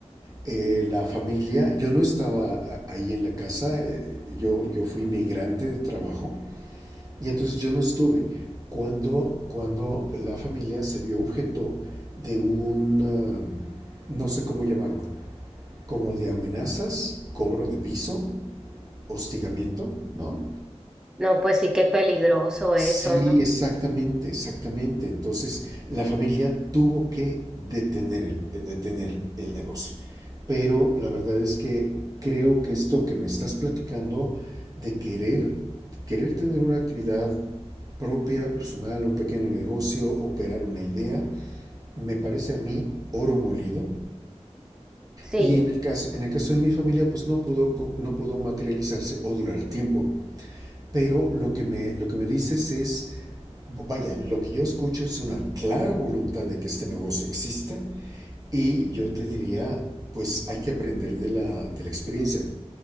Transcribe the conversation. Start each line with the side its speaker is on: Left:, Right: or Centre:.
Right: Eh, la familia, yo no estaba ahí en la casa, eh, yo, yo fui migrante de trabajo y entonces yo no estuve. Cuando, cuando la familia se vio objeto de un, um, no sé cómo llamarlo, como de amenazas, cobro de piso, hostigamiento, ¿no?
Centre: No, pues sí, qué peligroso
Right: Sí,
Centre: eso, ¿no?
Right: exactamente, exactamente. Entonces, la familia tuvo que detener el, eh, detener el negocio. Pero la verdad es que creo que esto que me estás platicando de querer, querer tener una actividad propia, personal, un pequeño negocio, operar una idea, me parece a mí oro molido.
Centre: Sí,
Right: Y en el caso, en el caso de mi familia, pues no pudo, co- no pudo materializarse o durar tiempo. Pero lo que me, lo que me dices es, vaya, lo que yo escucho es una clara voluntad de que este negocio exista y yo te diría, pues hay que aprender de la, de la experiencia.